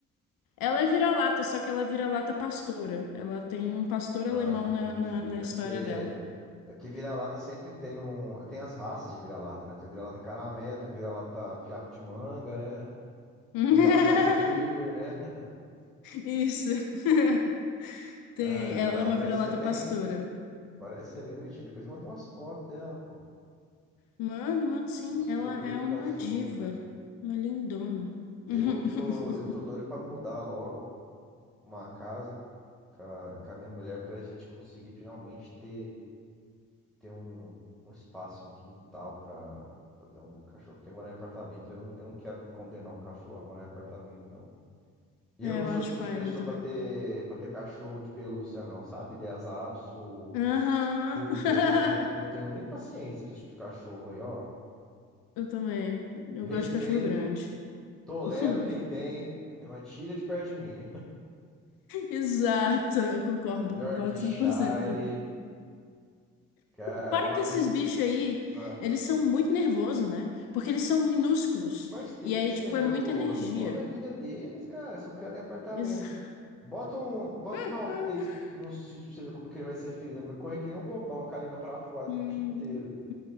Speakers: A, on the left; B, in the centre.
A: Ela é vira-lata, só que ela é vira-lata pastora. Ela tem um pastor
B: Ah,
A: alemão
B: entendi.
A: na, na, na
B: É
A: história
B: porque
A: dela.
B: é porque vira-lata sempre tem um, tem as raças de vira-lata, né? Tem o vira-lata caramelo, tem o vira-lata fiapo de manga, né?
A: <laughs>
B: Vira-lata retriever, né? <laughs>
A: Isso. <laughs> Tem.
B: Ah, legal.
A: Ela é uma
B: Parece
A: vira-lata
B: ser bem,
A: pastora.
B: parece ser bem bonitinho. Depois me manda umas fotos dela, pô.
A: Mano, mano, sim.
B: Nossa,
A: Ela
B: eu sou doido
A: é
B: pro
A: uma
B: cachorro,
A: diva.
B: cara.
A: Uma lindona. <laughs>
B: Eu tô, eu tô doido pra mudar logo uma casa com a, com a minha mulher pra gente conseguir finalmente ter ter um, um espaço, um quintal pra, pra ter um cachorro. Porque morar em apartamento, eu não, eu não quero condenar um cachorro a morar em apartamento, não. E
A: É,
B: eu não
A: eu
B: sou
A: acho
B: o tipo
A: paia
B: de pessoa
A: meu também.
B: pra ter, para ter cachorro de pelúcia, não, sabe? Lhasa Apso,
A: Aham.
B: Poodle,
A: <laughs>
B: eu não tenho, eu não tenho nem paciência pra esse tipo de cachorro aí, ó.
A: Eu também. Eu
B: Respeito,
A: gosto de cachorro grande.
B: tolero
A: <laughs>
B: quem tem, <laughs> mas tira de perto de mim.
A: Exato. Eu concordo,
B: <laughs> Yorkshire,
A: concordo 100%.
B: cara,
A: Para
B: uma
A: que esses
B: vez.
A: bichos aí,
B: ah,
A: eles são muito nervosos, né? Porque eles são minúsculos.
B: Mas tem
A: E
B: que
A: aí,
B: ser
A: tipo,
B: nervoso.
A: é muita energia.
B: Olha a vida deles, cara. São criados em apartamento.
A: Ex-
B: Bota um, bota
A: <laughs>
B: um maltês no sítio pra você ver como que ele vai ser feito. Vai correr que nem um bobão com a língua pra fora
A: Hum.
B: o dia inteiro.